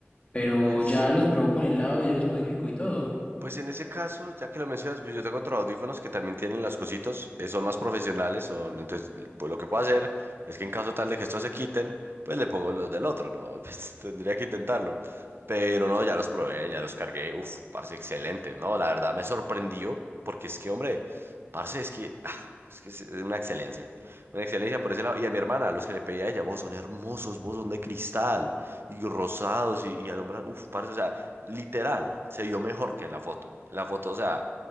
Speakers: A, on the left; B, on the right.
A: Pero
B: Pues
A: ya los probó con el lado, ya los modificó y todo.
B: Pues en ese caso, ya que lo mencionas, pues yo tengo otros audífonos que también tienen las cositas, eh, son más profesionales, son, entonces pues lo que puedo hacer es que en caso tal de que estos se quiten, pues le pongo los del otro, ¿no? <laughs> Pues tendría que intentarlo. Pero no, ya los probé, ya los cargué, uf, parce, excelente, ¿no? La verdad me sorprendió, porque es que, hombre, parce, es que, ah, es que es una excelencia, una excelencia por ese lado. Y a mi hermana, los que le pedí a ella, vos son hermosos, vos son de cristal y rosados y, y alumbrar. Uf, parce, o sea, literal, se vio mejor que en la foto. En la foto, o sea,